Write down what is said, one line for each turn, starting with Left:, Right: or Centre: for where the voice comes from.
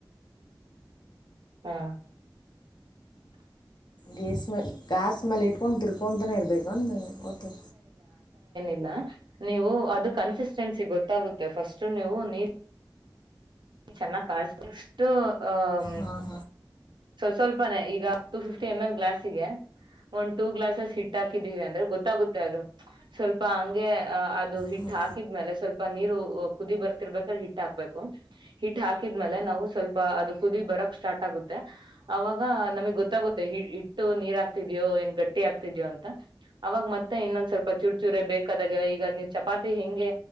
Right: ಹಾ
Left: ಗೇಸ್ ಮ ಗಾಸ್ ಮೇಲೆ ಇಟ್ಕೊಂಡು ತಿರ್ಕೊಂತಾನೇ ಇರ್ಬೇಕಂದ ಗೊತ್ತು
Right: ನ ನೀವು ಅದು ಕನ್ಸಿಸ ನ್ಸ ಗೊತ್ತಾಗುತ್ತೆ ಫಸ್ಟ್ ನೀವು ನೀ ಚೆನ್ನಾಗ್ ಕಿಸ್ದಷ್ಟು ಹ್ಮ
Left: ಹಾಂ
Right: ಸ್ವಲ್ಪನೆೇ ಈಗ ಟೂ ಫಿಫ್ಟಿ ಎಮ್ ಎಲ್ ಗ್ಲಾಸ್ಿಗೆ ಒಂದು್ ಟೂ ಗ್ಲಾಸಸ್ ಹಿ ಹಾಕಿದ್ದೀವಿ ಅಂದ್ರೆ ಗೊತ್ತಾಗುತ್ತೆ ಅದು ಸ್ವಲ್ಪ ಪ್ಪ ಅಂಗ ಅ ಅದು ಹಿಟ್
Left: ಹಾಂ
Right: ಹಾಕಿದ್ಮೇಲೆ ಸ್ವಲ್ಪ ನೀರು ಕುದಿ ಬರ್ತಿರ್ಬೇಕಾದ್ರೆ ಹಿಟ್ ಹಾಕ್ಬೇಕು ಹಿಟ್ ಹಾಕ್ ಹಾಕಿದ್ಮೇಲೆ ನಾವು ಸ್ವಲ್ಪ ಅದು ಕುದಿ ಬರಕ್ ಸ್ಟ್ ಆಗುದು ಅವಾಗ ನಮಗ್ ಗೊತ್ತಾಗುತ್ತೆ ಹಿಟ್ಟು ನೀರ್ಾಗ್ತಿದ್ಯೋ ಏನ್ ಗಟ್ಟಿ ಆಗ್ತಿದ್ಯೋ ಅಂತ ಅವಾಗ ಮತ್ತೆ ಇನ್ನೊಂದ್ ಸ್ವಲ್ಪ ಚೂರುಚೂರ ಬೇಕಾದಾಗೆಲ್ಲ ಈಗ ನೀವ್ ಚಪಾತಿ ಹೆಂಗೆ